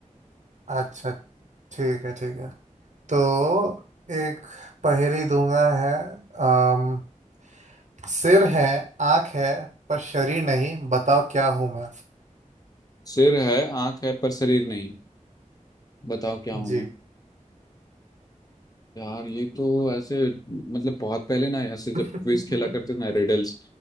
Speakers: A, on the right; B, on the left.
A: अच्छा ठीक है ठीक है तो एक पहेली दूंगा है अम, सिर है आंख है पर शरीर नहीं बताओ क्या हूं मैं
B: सिर है आंख है पर शरीर नहीं बताओ क्या हूँ
A: जी
B: यार ये तो ऐसे मतलब बहुत पहले ना ऐसे जब
A: <laughs>
B: क्विज खेला करते थे ना रिडल्स